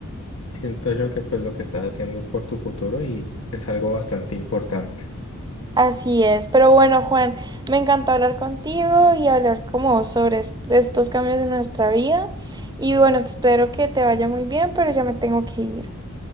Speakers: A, on the left (about 70°); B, on the right (about 20°).
A: siento yo que pues lo que estás haciendo es por tu futuro y es algo bastante importante.
B: <laughs> Así es. Pero bueno, Juan, me encantó hablar contigo y hablar como sobre es- estos cambios en nuestra vida. Y bueno, espero que te vaya muy bien, pero ya me tengo que ir.